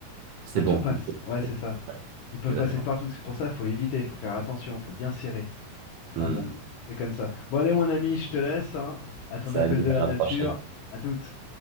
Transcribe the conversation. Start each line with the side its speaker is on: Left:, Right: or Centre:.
Right: c'est
Left: À tout
Right: bon.
Left: passe.
Right: ils peuvent
Left: Ouais, c'est
Right: passer.
Left: ça.
Right: Ouais,
Left: Ils peuvent
Right: exactement.
Left: passer de partout. C'est pour ça, faut éviter, faut faire attention, faut bien serrer. Enfin
Right: Hmm.
Left: bon, c'est comme ça. Bon, allez, mon ami, je te laisse, hein, à ton
Right: Salut,
Left: appel de
Right: à
Left: la
Right: la
Left: nature.
Right: prochaine.
Left: À toutes.